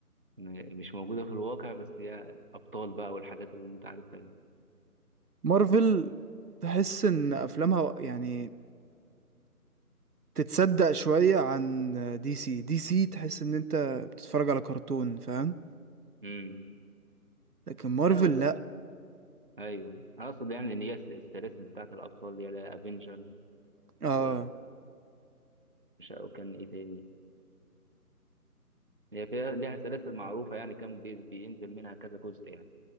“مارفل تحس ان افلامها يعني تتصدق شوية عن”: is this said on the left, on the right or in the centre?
Right